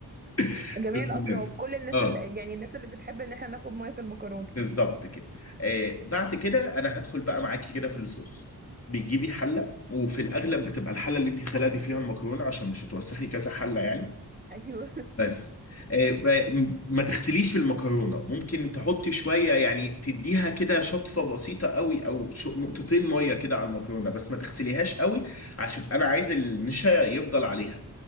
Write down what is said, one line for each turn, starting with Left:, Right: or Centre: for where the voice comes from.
Left: <laughs>
Right: جميع
Left: ترضي
Right: الاطراف
Left: الناس
Right: كل الناس
Left: اه
Right: اللي يعني الناس اللي بتحب ان احنا ناخد ميه المكرونه
Left: بالظبط كده آه بعد كده انا هدخل بقى معاكي كده في الصوص بتجيبي حله وفي الاغلب بتبقى الحله اللي انت سلقتي فيها المكرونه عشان مش هتوسخي كذا حله يعني
Right: ايوه
Left: بس آه، ب- ما تغسليش المكرونه ممكن تحطي شويه يعني تديها كده شطفه بسيطه قوي او شو- نقطتين ميه كده على المكرونه بس ما تغسليهاش قوي عشان انا عايز النشا يفضل عليها